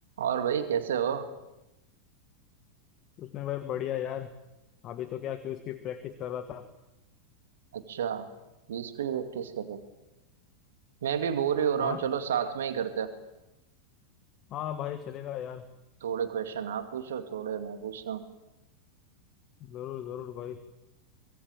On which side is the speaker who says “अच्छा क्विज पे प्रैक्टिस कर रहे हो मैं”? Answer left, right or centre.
Right